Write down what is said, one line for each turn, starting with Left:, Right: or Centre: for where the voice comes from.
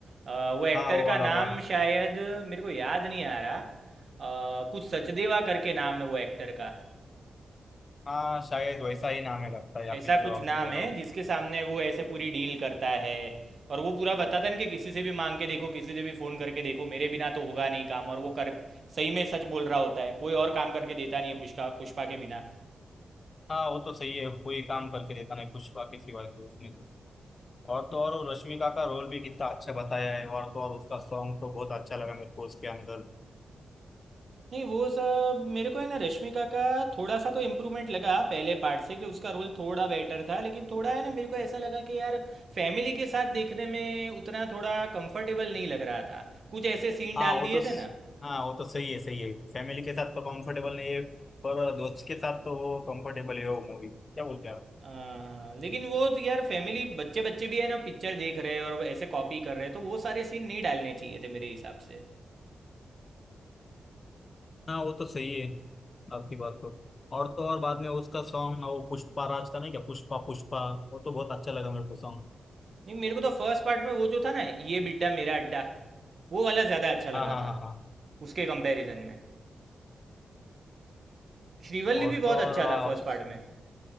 Right: अ, वो एक्टर
Left: हाँ वो
Right: का
Left: वाला
Right: नाम
Left: पार्ट
Right: शायद मेरे को याद नहीं आ रहा अ, कुछ सचदेवा करके नाम है वो एक्टर का
Left: हाँ शायद वैसा ही नाम है लगता है या
Right: ऐसा
Left: फिर जो
Right: कुछ
Left: आपने
Right: नाम
Left: बोला
Right: है
Left: हो
Right: जिसके सामने वो ऐसे पूरी डील करता है और वो पूरा बताता है ना कि किसी से भी मांग के देखो किसी से भी फ़ोन करके देखो मेरे बिना तो होगा नहीं काम और वो कर सही में सच बोल रहा होता है कोई और काम करके देता नहीं है पुष्पा पुष्पा के बिना
Left: हाँ वो तो सही है कोई काम करके देता नहीं पुष्पा के सिवाय तो उसने तो और तो और वो रश्मिका का रोल भी कितना अच्छा बताया है और तो और उसका सॉन्ग तो बहुत अच्छा लगा मेरे को उसके अंदर
Right: नहीं वो सब मेरे को है ना रश्मिका का थोड़ा सा तो इम्प्रूवमेंट लगा पहले पार्ट से कि उसका रोल थोड़ा बेटर था लेकिन थोड़ा है ना मेरे को ऐसा लगा कि यार फैमिली के साथ देखने में उतना थोड़ा कंफर्टेबल नहीं लग रहा था कुछ ऐसे सीन
Left: हाँ
Right: डाल
Left: वो
Right: दिए
Left: तो
Right: थे ना
Left: हाँ वो तो सही है सही है फैमिली के साथ तो कंफर्टेबल नहीं है पर दोस्त के साथ तो वो कंफर्टेबल है वो मूवी क्या बोलते हैं आप?
Right: हाँ हाँ लेकिन वो तो यार फैमिली बच्चे बच्चे भी है ना पिक्चर देख रहे हैं और वो ऐसे कॉपी कर रहे हैं तो वो सारे सीन नहीं डालने चाहिए थे मेरे हिसाब से
Left: हाँ वो तो सही है आपकी बात तो और तो और बाद में उसका सॉन्ग वो पुष्पा राज का नहीं क्या पुष्पा पुष्पा वो तो बहुत अच्छा लगा मेरे को सॉन्ग
Right: नहीं मेरे को तो फर्स्ट पार्ट में वो जो था ना ये बिड्डा मेरा अड्डा वो वाला ज़्यादा अच्छा लगा
Left: हाँ हाँ
Right: था
Left: हाँ हाँ
Right: उसके कंपैरिजन में श्रीवल्ली
Left: और
Right: भी बहुत
Left: तो और
Right: अच्छा था
Left: आ,
Right: फर्स्ट
Left: उस-
Right: पार्ट में